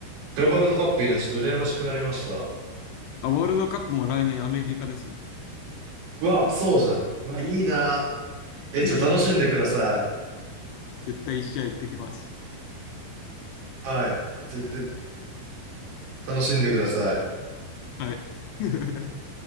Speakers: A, on the right; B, on the left.
A: クラブワールドカップいいな。ちょっと羨ましくなりました。
B: あ、ワールドカップも来年アメリカですもん。
A: うわ、そうじゃん。うわ、いいな。え、
B: <laughs>
A: ちょっと楽しんでください。
B: 絶対一試合行ってきます。
A: はい。絶対楽しんでください。
B: はい。<laughs>